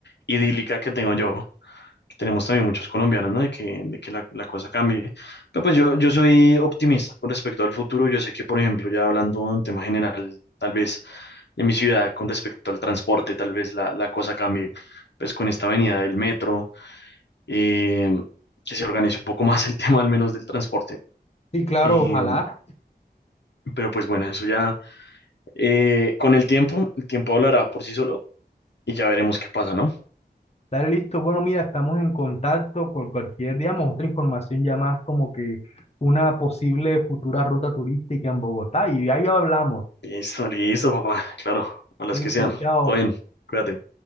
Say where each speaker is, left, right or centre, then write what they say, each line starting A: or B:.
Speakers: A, on the left; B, on the left.
A: idílica que tengo yo, que tenemos también muchos colombianos, ¿no? De que, de que la, la cosa cambie. Pero pues yo, yo soy optimista con respecto al futuro, yo sé que, por ejemplo, ya hablando de un tema general, tal vez de mi ciudad, con respecto al transporte, tal vez la, la cosa cambie, pues con esta avenida del metro, eh, que se organice un poco <laughs> más el tema al menos del transporte.
B: Sí, claro,
A: Eh,
B: ojalá.
A: pero pues bueno, eso ya... Eh, con el tiempo, el tiempo hablará por sí solo y ya veremos qué pasa, ¿no?
B: Dale, listo. Bueno, mira, estamos en contacto con cualquier, digamos, otra información ya más como que una posible futura ruta turística en Bogotá y ahí hablamos.
A: Listo, listo, papá. Claro, a las
B: Listo,
A: que sean.
B: chao.
A: Todo bien, cuídate.